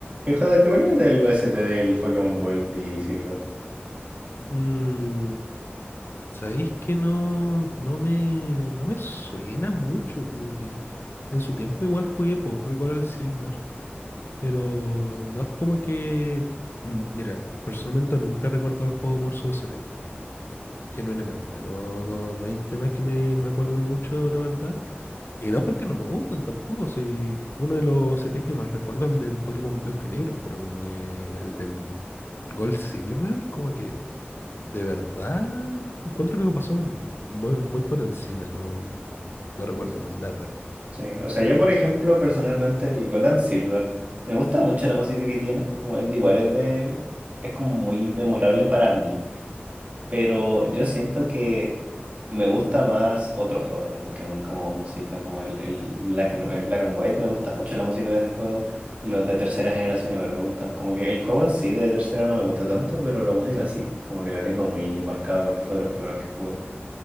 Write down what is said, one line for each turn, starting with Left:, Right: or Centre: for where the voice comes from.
Right: Hijo de opináis del OST del Pokémon Gold y Silver?
Left: Mm, sabéis que no, no me, no me suena mucho, como que en su tiempo igual jugué poco al Gold al Silver, pero no es como que, mm, mira, personalmente nunca he recordado el juego por su OST, genuinamente, no, no, no hay temas que me, me acuerden mucho, la verdad, y no porque no me gustan tampoco, si uno de los OSTs que más recuerdo es el del Pokémon Blanco y Negro, pero como que el del Gold Silver, como que... De verdad, encuentro que pasó muy, muy por encima, no, no recuerdo
Right: No sé.
Left: nada.
Right: Sí, o sea, yo por ejemplo, personalmente el Gold and Silver, me gusta mucho la música que tiene, como es de igual, es de, es como muy memorable para mí, pero yo siento que me gusta más otros juegos de Pokémon como música, como el, el Black, and- el Black and White, me gusta mucho la música de ese juego, los de tercera generación igual me gustan, como que el juego en sí de tercera no me gusta tanto, pero la música sí, como que la tengo muy marcada porque fue de los primeros que jugué.